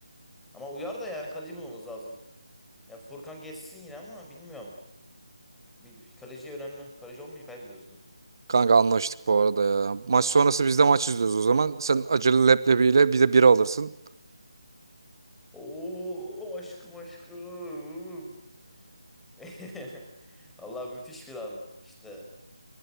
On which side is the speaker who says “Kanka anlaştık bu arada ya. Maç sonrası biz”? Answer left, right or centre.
Right